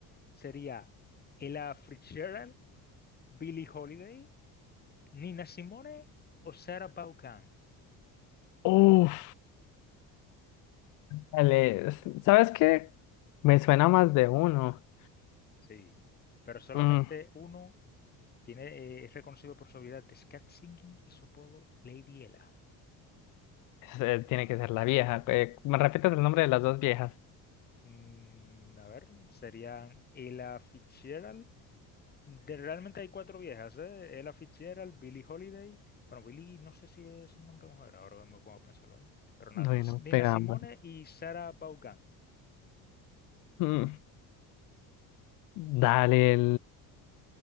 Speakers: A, on the left; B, on the left.
A: ¿Sería Ella Fitzgerald, Billie Holiday, Nina Simone o Sarah Vaughan?
B: Uf, dale. s- ¿Sabes qué? Me suena más de uno.
A: Sí, pero solamente
B: Mm,
A: uno tiene, eh, es reconocido por su habilidad de scat singing y su apodo Lady Ella.
B: es, eh, tiene que ser la vieja. Eh, ¿me repites el nombre de las dos viejas?
A: Mm, a ver, ¿serían Ella Fitzgerald? De- realmente hay cuatro viejas, ¿eh? Ella Fitzgerald, Billie Holiday. Bueno, Billie no sé si es un nombre de mujer, ahora me pongo a pensarlo, ¿eh? Pero nada,
B: Bueno,
A: S- Nina
B: pegamba.
A: Simone y Sarah Vaughan.
B: Mm, dale,